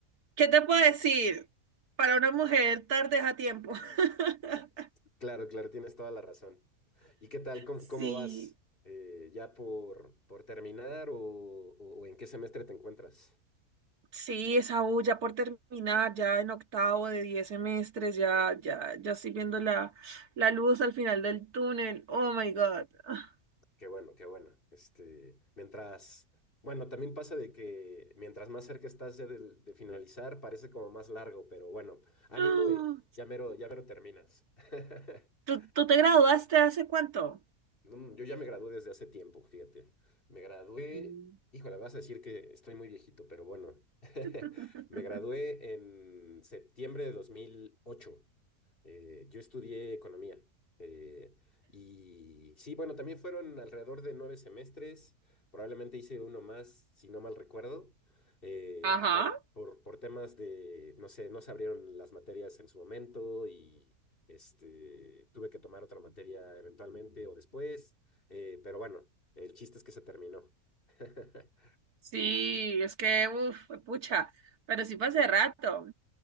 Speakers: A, on the right; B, on the left.
A: ¿Qué te puedo decir? Para una mujer tarde es a tiempo. <laughs>
B: Claro, claro, tienes toda la razón. ¿Y qué tal? ¿Cómo,
A: Sí,
B: cómo vas? Eh, ¿ya por, por terminar o, o- o en qué semestre te encuentras?
A: sí, esa U ya por terminar, ya en octavo de 10 semestres, ya, ya, ya estoy viendo la, la luz al final del túnel. Oh my God. <gasps>
B: Qué bueno, qué bueno. Este, mientras, bueno, también pasa de que mientras más cerca estás de, del- de finalizar, parece como más largo, pero bueno, ánimo
A: Ah.
B: y ya mero, ya mero terminas. <laughs>
A: ¿Tú, tú te graduaste hace cuánto?
B: Mm, Yo ya me gradué desde hace tiempo, fíjate. Me gradué,
A: Mm.
B: híjole, vas a decir que estoy muy viejito, pero bueno, <laughs>
A: <laughs>
B: me gradué en septiembre de dos mil ocho eh, yo estudié economía. eh, y sí, bueno, también fueron alrededor de nueve semestres. Probablemente hice uno más, si no mal recuerdo. eh,
A: Ajá,
B: ta- por, por temas de, no sé, no se abrieron las materias en su momento y este, tuve que tomar otra materia eventualmente o después. eh, pero bueno, el chiste es que se terminó. <laughs>
A: sí, es que, uff, pucha, pero sí fue hace rato.